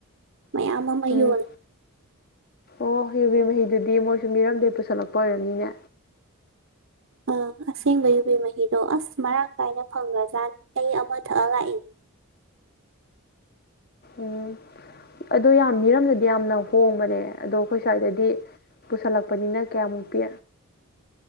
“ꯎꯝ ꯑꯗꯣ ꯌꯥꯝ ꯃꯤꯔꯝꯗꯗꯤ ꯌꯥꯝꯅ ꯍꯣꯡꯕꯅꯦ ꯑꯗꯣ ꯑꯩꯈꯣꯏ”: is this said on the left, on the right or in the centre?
Left